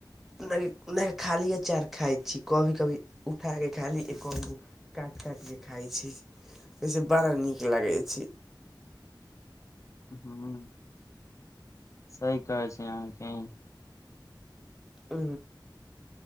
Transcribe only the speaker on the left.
हूं सही कहै छै अहाँकी